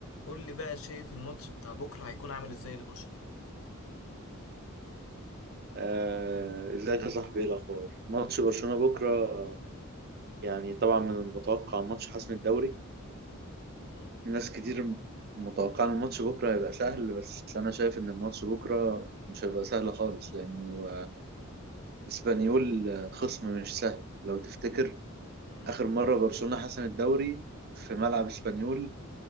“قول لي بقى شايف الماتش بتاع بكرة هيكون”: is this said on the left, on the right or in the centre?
Left